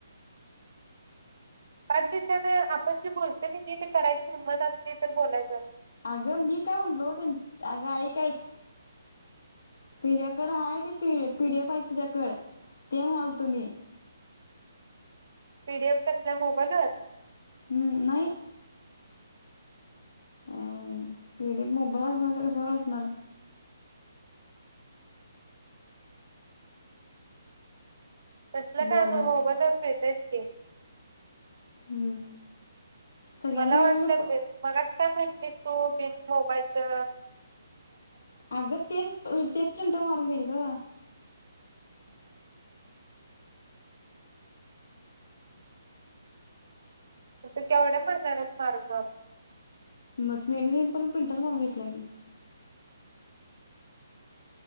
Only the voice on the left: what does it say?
अगं मी काय म्हणलो तेन अगं आईक आईक तिच्याकडे हाय ती पि पी डी एफ हाय तिच्यायकडे ते म्हणाल तो मी
हम्म नाही. अ पी डी एफ मोबाईल असणार कशावर असणार?
बोलाय
हम्म. सगळ्यांच्या
वेगवेगळ्या
प
अगं तेच तेच फिंट मारून घ्यायच ग
म स्नील पण प्रिंटच मारून भेटला के